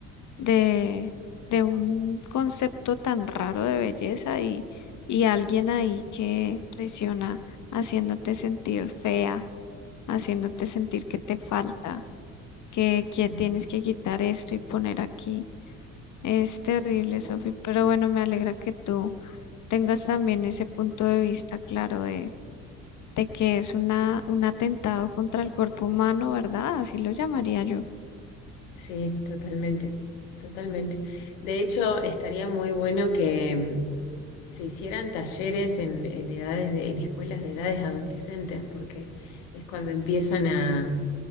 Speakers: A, on the left (about 40°); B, on the left (about 65°).
A: de, de un concepto tan raro de belleza y, y alguien ahí que presiona haciéndote sentir fea, haciéndote sentir que te falta, que, que
B: Ujú.
A: tienes que quitar esto y poner aquí. Es terrible, Sofi, pero bueno, me alegra que tú tengas también ese punto de vista claro de, de que es una, un atentado contra el cuerpo humano, ¿verdad? Así lo llamaría yo.
B: Sí, totalmente, totalmente. De hecho, estaría muy bueno que mm, se hicieran talleres en, en edades de- en escuelas de edades adolescentes, porque es cuando empiezan a